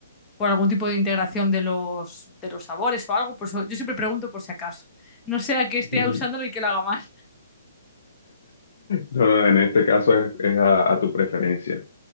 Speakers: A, on the left; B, on the left.
A: por algún tipo de integración de los, de los sabores o algo, por eso yo siempre pregunto por si acaso. No sea que esté
B: <laughs>
A: usándolo y que lo haga mal.
B: No, no, en este caso es, es a, a tu preferencia.